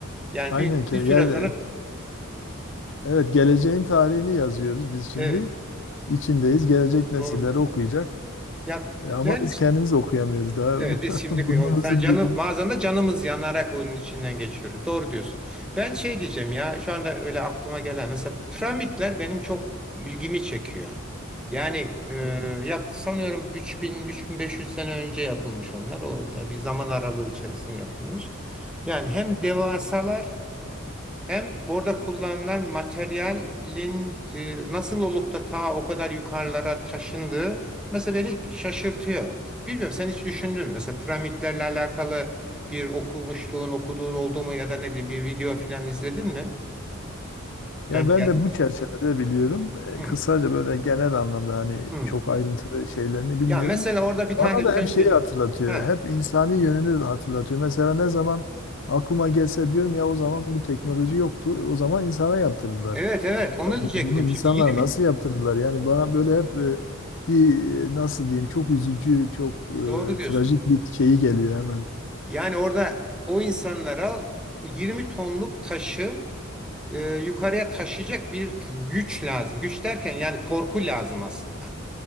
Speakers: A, in the centre; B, on the left (about 60°).
A: Yani
B: Aynen
A: bir,
B: ki.
A: bir
B: Yani
A: süre sonra
B: evet geleceğin tarihini yazıyoruz biz şimdi.
A: evet
B: İçindeyiz. Gelecek nesiller
A: doğru diyor.
B: okuyacak.
A: Ya
B: E, ama
A: ben
B: biz kendimiz okuyamıyoruz daha
A: Evet biz
B: <laughs>
A: şimdi
B: burnumuzun
A: o- sen- canı
B: dibini.
A: bazen de canımız yanarak oyunun içinden geçiyoruz. Doğru diyorsun. Ben şey diyeceğim ya şu anda öyle aklıma gelen mesela piramitler benim çok ilgimi çekiyor. Yani e,
B: Hmm.
A: yak- sanıyorum 3000-3500 sene önce yapılmış onlar. O da bir zaman aralığı içerisinde yapılmış. Yani hem devasalar hem orada kullanılan materyalin e, nasıl olup da ta o kadar yukarılara taşındığı mesela beni şaşırtıyor. Bilmiyorum sen hiç düşündün mü? Mesela piramitlerle alakalı bir okumuşluğun, okuduğun oldu mu ya da ne bileyim bir video falan izledin mi?
B: Ya
A: Denk
B: ben
A: geldi
B: de
A: mi?
B: bu
A: sen?
B: çerçevede biliyorum.
A: Hmm,
B: E, Kısaca böyle genel anlamda hani
A: hmm.
B: çok ayrıntılı şeylerini bilmiyorum.
A: Ya mesela orada bir
B: Bana
A: tane
B: da
A: sen
B: hep
A: söyle.
B: şeyi hatırlatıyor.
A: Ha,
B: Hep insani yönünü hatırlatıyor. Mesela ne zaman aklıma gelse diyorum ya o zaman bu teknoloji yoktu. O zaman insana yaptırdılar.
A: evet evet onu
B: Ya bu-
A: diyecektim.
B: bunu insanlar
A: Şimdi 20
B: nasıl yaptırdılar? Yani bana böyle hep e, bir e, nasıl diyeyim çok üzücü, çok
A: doğru diyorsun.
B: e, trajik bir şeyi geliyor hemen.
A: Yani orada o insanlara o 20 tonluk taşı e, yukarıya taşıyacak bir t- güç lazım. Güç derken yani korku lazım aslında.